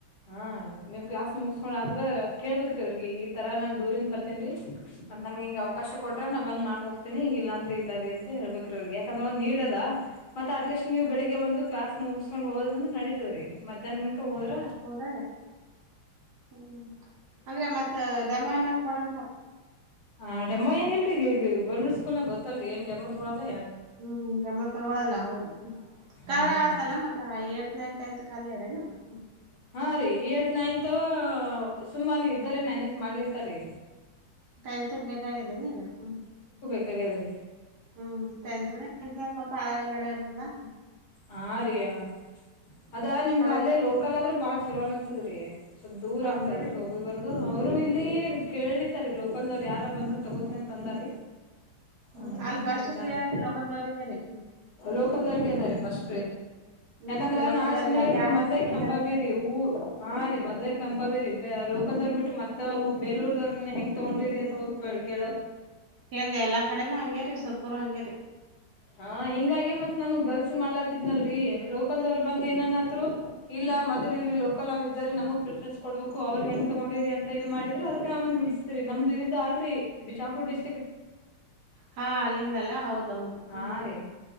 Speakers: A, on the left; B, on the right.
A: ಹಾ ನಿ. ಕ್ಲಾಸ್ ಮುಗಿಸ್ಕೊಂಡುತ್ರ್ರೆ ಕೇಳ್ಬೇಕು ರೀ ಅವ್ರಿಗೆ ಈಥರ ನಾನು ದೂರಿಂದ ಬರ್ತೀನ ರೀ.
B: ಹ್ಮ್
A: ಮತ್ತ ನನ್ಗೆ ಹಿಂಗ ಅವಕಾಶ. ಕೊಟ್ರೆ ನಾ ಬಂದ ಮಾಡ್ ಹೋಗ್ತಿನಿ ಇಲ್ಲಾಂದ್ರ ಇಲ್ಲಾರಿರಿ ಅಂತ ಹೇಳ್ಬೇಕ್ರಿ ಅವ್ರಿಗೆ. ್ ನೀಡದ
B: ಹ್ಮ್
A: ಮತ್ತೆ ಅಟ್ಲೀಸ್ಟ್. ನೀವು ಬೆಳಿಗ್ ಒಂದು ಕ್ಲಾಸ್ ಮುಗಸ್ಕೊಂಡ ಹೋದ್ರಂದ್ರ ನಡೀವ್ರೀ ಮಧ್ಯಾಹ್ನ ಹೋದ್ರೆ.
B: ಹದ ಹ್ಮ. ಅಂದ್ರೆ ಮತ್ ಡಮ ಎಲ್ಲ ಕೊಡಂ.
A: ಹ ಡೆಮ್ಮೋ ಏನ ಇಲ್ರಿೀಗ ಇಲ್ಲಿ ಬರ್. ಸ್ಕೂಲ್ ಗೊಲ್ರಿ ಏ ಡೆಮ್ಮ ತಗಳಲ್ಲ.
B: ಹ್ಮ್ ಗಮ್ಮ ತಗಳಲ್ಲ ಹೌದು.
A: ಹ್ಮ್
B: ಕಾಳ ಆದಲ್ಲ ಮಗ ಎಏತ್ ನಂಟ ಎ. <unintelligible>
A: ಹಾ ರೀ ಏತ್ ನೈನ್ತ್ ಸುಮಾಲ ಇದ್ದರೆ ಮ್ಯಾನೇಜ್ ಮಾಡ್ಲಿತ್ತಾರೀ.
B: <unintelligible> ಬೇಕಾಗಾಗಿದೆ ನೀಗ ಹ್ಮ.
A: ಹಗದ್ರಿ.
B: ಹ್ಮ್ ಂತ ಪಾಳಗನ್ನಡ. ್ಮ.
A: ಹಾ ರಯಾ. ಅದ್ರ ನಿಮ್ಗ
B: ಹಾಳಾಗಿ
A: ಅಲ್ಲೇ ಲೋಕಲ್ ಆದ್ರೂ ಬಾ. ಚಲೋ ಅನಸದ್ರಿ ಸ್ವಲ್ಪ್ ದೂರ ಆಗ್ತದ
B: ಅದೇ
A: ಅಲ್ರಿ
B: ರೀ
A: ಹೋಗುದ್ ಬರ್ದು ಅವ್ರು ಇಲ್ಲಿ ಕೇಳಿ ೀ ಲೋಕಲ್ದವ್ರು ಯಾರ ಬಂದ್ರರು ತಗೋತೀನಿಂತ ಅಂದೀ
B: ಹ್ಮ್
A: ಹಂದ್ರ
B: ಅಲ್ಲಿ
A: ಎಲ್ಲಾರಿ
B: ಲೋಕಲ್ದವ್ರಿಗ ರೀ
A: ಲೋಕಲ್ದವರ್ಗೆ ಅದಾರಿೀ ಪಸ್
B: ಹ್ಮ್
A: ಯಾಕಂದ್ರ
B: ಲೋಕಲ್ದವ್ರಿಗ
A: ನಾಳೆ ಸುಮನೆ
B: ಅಲ್ಲಿ
A: ಇಲ್ಲಿ
B: ಯಾರಿಗ್
A: ಮೊದ್ೇ
B: ಸಿಗ್ಲಿಲ್ಲ
A: ಕೆಂಬ
B: ಅಂದ್ರೆ
A: ಬೀ ರರಿ ಹಊ ಹಾ ರೀ ಮ್ ಅದೇ ಕಂಬಬವಿರಿ ಲೋಕಲ್ದವ್ರ ಬಿಟ್ಟ ಮತ್ತೆ ಅವು ಬೇಲೂರ್ದವ್ರ ಹೆಂಗ ತಗೊಂಡಿರಿ ಅಂತ ಕೇಳ
B: ಕ್ದ ಎಲ್ಲಾ ಕಡೆನುೂ ಹಂಗ್ಯಾರಿ ಸುರ್ಬೂರು ಹಂಗ್ಯಾರಿ
A: ಹಾ ಹಿಂಗಾಗೆ ಮತ್ ನಾನುಗ್ ಗಲ್ಸಿ ಮಾಲಾತಿದ್ನಲ್ರರಿ ಲೋಕಲ್ದವ್ರು
B: ಹ್ಮ್
A: ಬಂದ್ ಏನನತ್ರ ಇಲ್ಲ ಮೊದಲ ಇಲ್ಲಿ ಲೋಕಲ್ ಇದ ನಮಗ್ ಪ್ರಿಫ್ರನ್ಸ್ ಕೊಡ್ಬೇಕು ಅವ್ರ ಹೆಂಗ ತಗೊಂಡಿರಿ ಅಂತ ಇದು ಮಾಡಿದ್ರು ಅದಕ್ಕೆ ನ ಬಿ ್ರಿ ನಮ್ದು
B: ಹ್ಮ್
A: ಇದು ಅಲ್ರರಿ ಬಿಜಾಪು ಡಿಸ
B: ಹಾ ಅಲ್ಲಿಂದಲ್ಲ ಹೌದೌದು
A: ಹಾ
B: ಹ್ಮ್
A: ರೀ